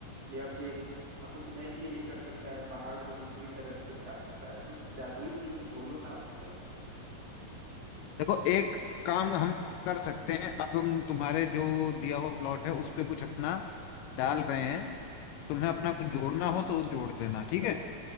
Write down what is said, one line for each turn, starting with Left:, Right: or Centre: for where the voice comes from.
Right: या फिर अ, कुछ नई चीजें कर सकता है पहाड़ को दूसरी तरफ खिसका सकता है कुछ जादुई चीजें घोलो ना उसमें
Left: देखो एक काम हम कर सकते हैं अब हम तुम्हारे जो दिया हुआ प्लॉट है उस पे कुछ अपना डाल रहे हैं
Right: हम्म
Left: तुम्हें अपना
Right: हम्म
Left: कुछ
Right: हम्म,
Left: जोड़ना हो तो जोड़ देना ठीक है